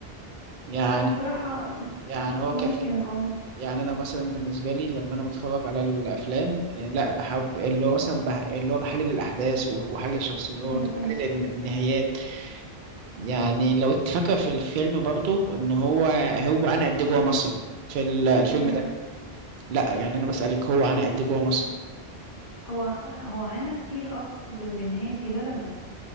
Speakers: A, on the right; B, on the left.
A: يعني
B: انا بصراحة م-
A: يعني
B: م-
A: هو
B: ممكن
A: كفيلم
B: اه
A: يعني انا مثلا بالنسبه لي لما انا بتفرج على الافلام آه، لا بحب اللي هو مثلا بح... اللي هو بحلل الاحداث و- وبحلل الشخصيات
B: م- م-
A: وبحلل الن- النهايات يعني لو انت فاكره في الفيلم برضه ان هو هو انا قد إيه جوه مصر في ال- الفيلم
B: م.
A: لا يعني انا بسألك هو انا قد إيه جوه مصر
B: هو هو عانى كتير اه بس ب- بنهاية دي بلده